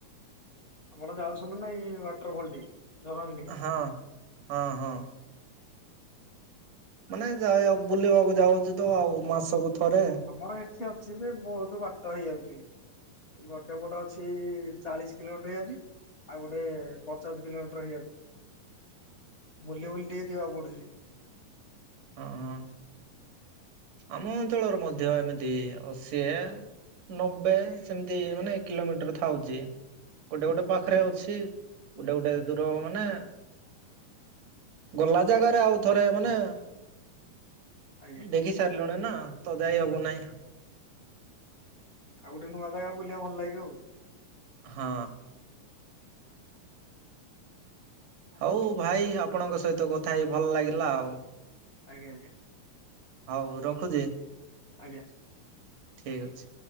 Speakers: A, on the left; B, on the right.
A: ଆପଣ ଯାଉଛନ୍ତି ନା ନାଇଁ ୱାଟର ଫଲଟିକି ଝରଣା ଠିକି
B: ହଁ ହଁ ହଁ ମାନେ ଯାଇ ବୁଲିବାକୁ ଯାଉଛି ତ ଆଉ ମାସକୁ ଥରେ।
A: ଆମର ଏଠି ଅଛି ଯେ ବହୁତ ବାଟ ହେଇଯାଉଛି। ଗୋଟେ ପଟେ ଅଛି ଚାଳିଶ କିଲୋମିଟର ହେଇଯାଉଛି। ଆଉ ଗୋଟେ ପଚାଶ କିଲୋମିଟର ହେଇଯାଉଛି। ବୁଲି ବୁଲି ଟିକେ ଯିବାକୁ ପଡୁଛି।
B: ହଁ ହଁ ଆମ ଅଞ୍ଚଳର ମଧ୍ୟ ଏମିତି ଅଶିଏ ନବେ ସେମିତି ମାନେ କିଲୋମିଟର ଥାଉଛି ଗୋଟେ ଗୋଟେ ପାଖରେ
A: ଆଜ୍ଞା
B: ଅଛି। ଗୋଟେ ଗୋଟେ ଦୂର ମାନେ ଗଲା ଜାଗାରେ ଆଉ ଥରେ ମାନେ
A: ଆଜ୍ଞା।
B: ଦେଖି ସାରିଲୁଣି ନା ତ ଯାଇ ହବ ନାହିଁ।
A: ଆଉ ଗୋଟେ ନୂଆ ଜାଗା ବୁଲିବାକୁ ଭଲ ଲାଗିବ ଆଉ।
B: ହଁ। ହଉ ଭାଇ ଆପଣଙ୍କ ସହିତ କଥା ହେଇ ଭଲ ଲାଗିଲା ଆଉ।
A: ଆଜ୍ଞା ଆଜ୍ଞା।
B: ହଉ ରଖୁଛି।
A: ଆଜ୍ଞା।
B: ଠିକ୍ ଅଛି।